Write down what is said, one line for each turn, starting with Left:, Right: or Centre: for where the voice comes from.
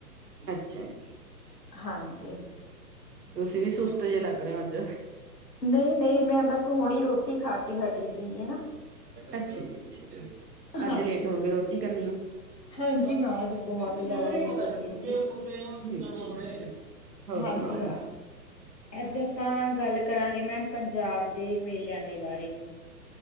Right: ਅੱਛਾ ਅੱਛਾ।
Left: ਹਾਂਜ
Right: ਤੁਸੀਂ ਵੀ ਸੁਸਤ ਜਿਹੇ ਲੱਗ ਰਏ ਓ ਅ ਅੱਜ।
Left: ਨਹੀਂ ਨਹੀਂ ਮੈਂ ਬਸ ਹੁਣੀ ਰੋਟੀ ਖਾ ਕੇ ਹਟੀ ਸੀਗੀ ਨਾ।
Right: ਅੱਛਾ ਜੀ ਅੱਛਾ,
Left: ਹਾਂਜੀ
Right: ਅੱਜ ਲੇਟ ਹੋ ਗਏ ਰੋਟੀ ਕਰਨੀ ਆ? <inaudible>
Left: ਹਾਂਜੀ ਹਾਂ ਅੱਜ ਬਹੁਤ ਜ਼ਿਆਦਾ ਲੇਟ ਹੋ ਗਏ ਅਸੀਂ।
Right: ਹੋਰ
Left: ਹਾਂਜੀ
Right: ਸੁਣਾਓ।
Left: ਹਾ, ਅੱਜ ਅੱਪਾਂ ਗੱਲ ਕਰਾਂਗੇ ਮੈਮ ਪੰਜਾਬ ਦੇ ਮੇਲਿਆਂ ਦੇ ਬਾਰੇ।